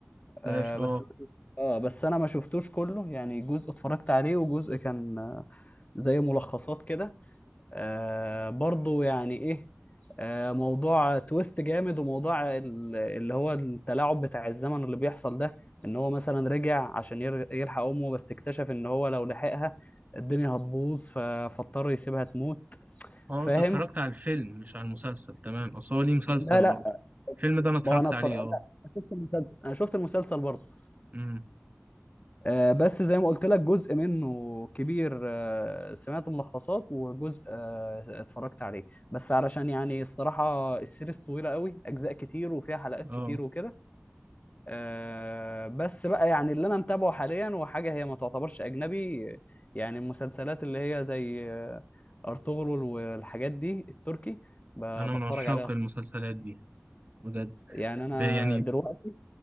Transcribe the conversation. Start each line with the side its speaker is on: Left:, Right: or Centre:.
Right: فلاش
Left: آه
Right: اه
Left: بس اه بس انا ما شفتوش كله يعني جزء اتفرجت عليه وجزء كان آه، زي ملخصات كده آه برضو يعني ايه آه موضوع تويست جامد وموضوع ال- اللي هو التلاعب بتاع الزمن اللي بيحصل ده ان هو مثلا رجع عشان ير- يلحق امه بس اكتشف ان هو لو لحقها الدنيا هتبوظ ف- فاضطر يسيبها تموت
Right: اه
Left: فاهم
Right: انت اتفرجت على الفيلم مش على المسلسل تمام اصل هو ليه مسلسل
Left: لا
Right: برضه
Left: لا
Right: الفيلم ده انا اتفرجت
Left: ما هو انا اتفرج
Right: عليه
Left: لا
Right: اه
Left: أنا شفت المسلسل انا شفت المسلسل برضه
Right: امم
Left: آه، بس زي ما قلت لك جزء منه كبير آه، سمعت ملخصات وجزء آه، اتفرجت عليه بس علشان يعني الصراحة السيريز طويلة قوي أجزاء كتير وفيها حلقات
Right: اه
Left: كتير وكده آه، بس بقى يعني اللي أنا متابعه حاليا وحاجة هي ما تعتبرش أجنبي يعني المسلسلات اللي هي زي آه، أرطغرل والحاجات دي التركي ب-
Right: انا
Left: بتفرج
Right: من عشاق
Left: عليها
Right: المسلسلات دي بجد
Left: يعني أنا
Right: ب- يعني
Left: دلوقتي